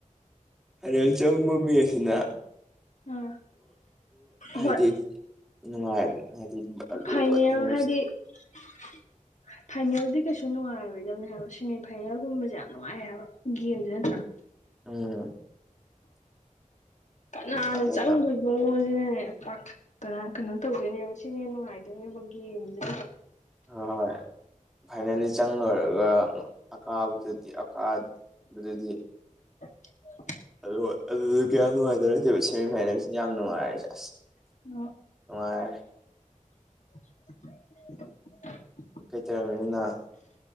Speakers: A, in the centre; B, on the left.
A: ꯍꯣꯔꯦꯟ ꯆꯪꯕ ꯃꯤ ꯑꯁꯤꯅ
B: ꯑꯥ
A: ꯍꯥꯏꯗꯤ
B: ꯍꯣꯏ
A: ꯅꯨꯡꯉꯥꯏ ꯍꯥꯏꯗꯤꯜꯂꯨꯦꯡ
B: ꯐꯥꯏꯅꯦꯜ <unintelligible> ꯐꯥꯏꯅꯦꯜꯗꯤ ꯀꯩꯁꯨ ꯅꯨꯡꯉꯥꯏꯔꯔꯣꯏꯗꯗꯝꯅꯦ ꯍꯥꯏꯕ ꯁꯦꯃꯤꯐꯥꯏꯅꯦꯜꯒꯨꯝꯕꯁꯦ ꯌꯥꯝ ꯅꯨꯡꯉꯥꯏ ꯍꯥꯏꯕ ꯖ
A: ꯎꯝ
B: ꯀꯅꯥꯅꯦ
A: ꯌꯥꯝ ꯊꯥꯖꯗ
B: ꯆꯪ ꯑꯣ ꯁꯤꯅ ꯄꯥꯈꯠꯇꯅ ꯀꯩꯅꯣ ꯇꯧꯗꯣꯏꯅꯦꯕ ꯁꯤꯅꯦ ꯅꯨꯡꯉꯥꯏꯗꯣꯏꯅꯦꯕ ꯒꯦꯝꯁ
A: ꯍ ꯍꯣꯏ ꯐꯥꯏꯅꯦꯜꯂꯤ ꯆꯪ ꯂꯣꯏꯔꯒ ꯑꯀꯥꯕꯗꯨ ꯑꯀꯥꯕꯗꯨꯗꯤ
B: <unintelligible>
A: ꯑ ꯍꯣꯏ ꯑꯗꯨꯗꯤ ꯀꯌꯥꯝ ꯅꯨꯡꯉꯥꯏꯇꯔꯒꯦꯕ ꯁꯦꯃꯤꯐꯥꯏꯅꯦꯜꯁꯤꯅ ꯌꯥꯝ ꯅꯨꯡꯉꯥꯏꯔꯁꯦ
B: ꯑꯣ
A: ꯑꯥꯏ
B: <unintelligible>
A: ꯀꯩ ꯆꯃꯤꯅꯤꯅ